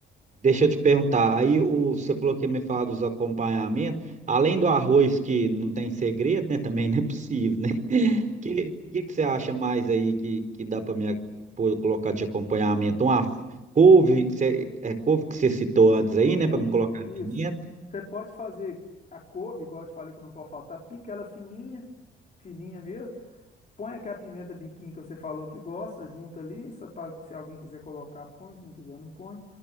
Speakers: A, on the right; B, on the left.
A: Deixa eu te perguntar, aí o, você falou que ia me falar dos acompanhamentos, além do arroz que não tem segredo, né? <laughs> Também não é possível, né? <laughs>
B: É.
A: O que, que, que você acha mais aí que, que dá para me pôr- colocar de acompanhamento? Uma couve, que você- é couve que você citou antes
B: Rodrigo,
A: aí, né? Para me colocar
B: Isso.
A: pimenta.
B: Você pode fazer a couve, igual eu te falei que não pode faltar, pica ela fininha, fininha mesmo. Põe aquela pimenta biquinho que você falou que gosta, junta ali, só pra- se alguém quiser colocar, põe, se não quiser, não põe.